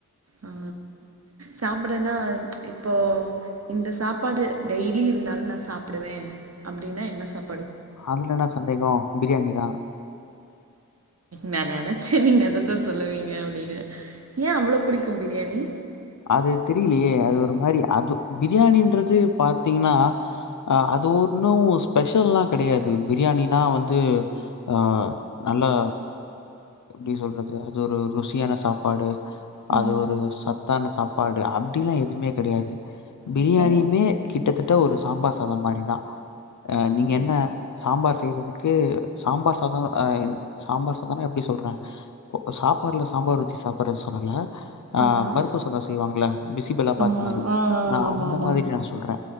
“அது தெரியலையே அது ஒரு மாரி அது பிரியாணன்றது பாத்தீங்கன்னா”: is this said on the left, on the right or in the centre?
Left